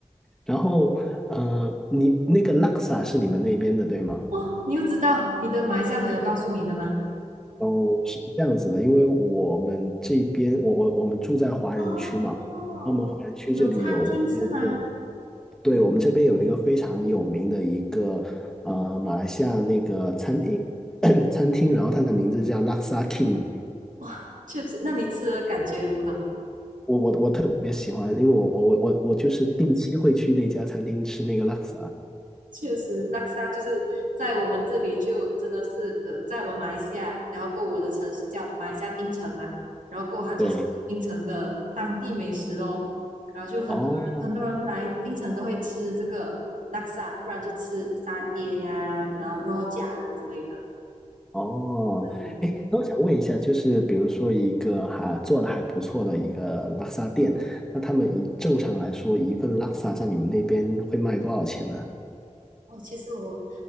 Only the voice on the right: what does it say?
哦，你又知道你的马来西亚朋友告诉你的吗？
哦，
有餐厅是吗？
哇，确实，那你吃的感觉如何？
确实，拉萨就是在我们这里就真的是呃，在我们马来西亚，然后过我的城市叫马来西亚槟城嘛，然后过它就是槟城的当地美食咯，
然后就很多人很多人来槟城都会吃这个拉萨，
不然就吃沙爹呀，然后肉夹啊之类的。
对，
哦，其实我